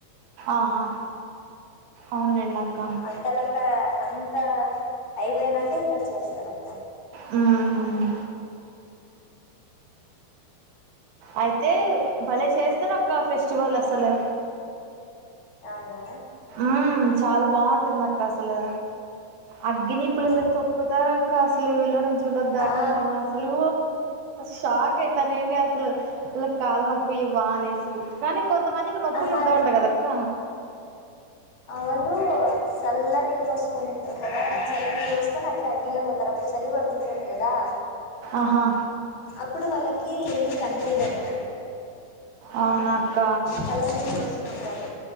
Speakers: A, on the right; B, on the left.
A: ఆహా అవునులెండక్క
B: అంత లెక్క అంత అయిపోయినాక ఇక్కడ చేస్తారు అక్క
A: మ్మ్ అయితే భలే చేస్తారు అక్క ఫెస్టివల్ అసలు
B: అవునా
A: మ్మ్ చాలా బాగుంటుంది అక్క అసలు అగ్గినిప్పుల్లల్లో
B: ఆ
A: తొక్కుతారు అక్క అసలు వీళ్ళ ను జువులోకి దాటుకుంటారు
B: ఆ
A: అసలు షాక్ అయితా నేనే అసలు వీళ్లకు కాళ్లు నొప్పివా అనేసి కానీ కొంతమంది నొప్పులు
B: ఆహా
A: ఉండవంట కదక్క
B: అవును చల్ల నీళ్ళు పోసుకొనింటారు కదా చల్ల నీళ్ళ పోసుకొని అట్లా అగ్గిలే పోతారు అప్పుడు చలి పెడుతుంటది కదా
A: ఆహా
B: అప్పుడు వాళ్ళకి ఏమి కనిపీదంట
A: అవునాక్క
B: చల్ల నీళ్ళు పోసుకుంటారు